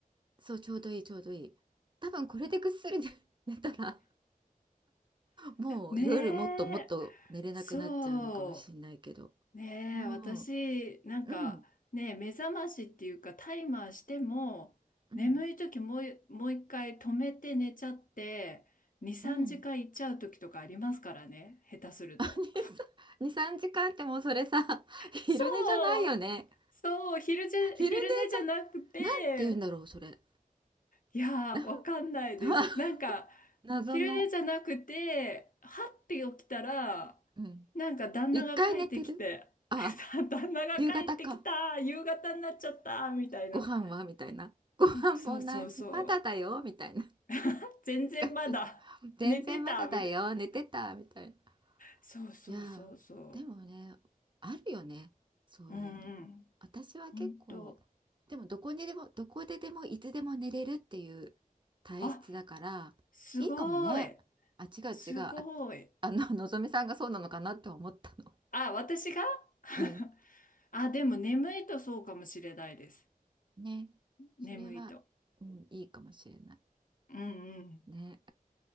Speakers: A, on the right; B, on the left.
A: そう、ちょうどいいちょうどいい。多分これでぐっすり寝 <laughs> 寝たらもう夜もっともっと寝れなくなっちゃうのかもしれないけど。
B: ねえ、そう。ねえ、
A: も
B: 私、なんか、
A: う、うん、
B: ねえ、目覚ましっていうか、タイマーしても、
A: うん、
B: 眠い時もう、もう一回止めて寝ちゃって、2、3時間行っちゃう時とかありますからね、
A: うん。
B: 下手すると。
A: <laughs> あ、2、2 <laughs>、3時間ってもうそれさ、<laughs>
B: <laughs>
A: 昼寝じゃないよね。
B: そうそう、昼じ、
A: 昼寝
B: 昼寝じゃなくて、
A: じゃ、なんて言うんだろう、それ。
B: いやー、
A: <laughs>
B: わかんないです。
A: な、な、
B: なんか、
A: 謎の、
B: 昼寝じゃなくて、はって起きたら、
A: うん。
B: なんか旦那が帰ってきて、
A: 一回寝てるあ、
B: <laughs> 旦那が帰ってきた、
A: 夕方か。
B: 夕方になっちゃった、みたいな。
A: ご飯はみたいな。ご飯もない。
B: そうそうそ
A: まだだよみたいな
B: う。全然まだ寝てた、
A: 感じで。全然まだだよ。
B: みたいな。
A: 寝てたみたいな。
B: そうそうそうそ
A: いやーでもねあるよねそういうの私は結構
B: う。うんうん。ほんと。
A: でもどこにでもどこででもいつでも寝れるっていう体質だからいいかもねあ違う違うあ、
B: あ、すごい。すごい。
A: <laughs> あののぞみさんがそうなのかなって思ったの
B: あ、私が <laughs>
A: <laughs> うん
B: あ、でも眠いとそうかもしれないです。
A: ね
B: 眠いと。
A: それは、うん、いいかもしれない
B: うん
A: ね